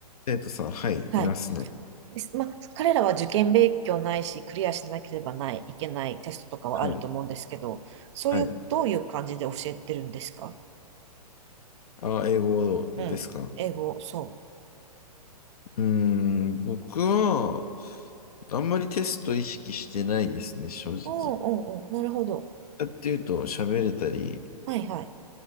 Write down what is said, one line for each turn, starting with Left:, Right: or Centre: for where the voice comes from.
Left: 生徒さん、はい、
Right: はい。
Left: いますね。
Right: ですまあ、彼らは受験勉強ないし、クリアしなければない、いけないテストとかはあると思うんですけど、
Left: はい、
Right: そういう、
Left: はい。
Right: どういう感じで教えてるんですか
Left: あ、英語ですか。
Right: うん。英語、そう。
Left: うーん、僕は、あんまりテスト意識してないですね、正直。
Right: おうんうんうん。なるほど。
Left: やっていうと、喋れたり、
Right: はいはい。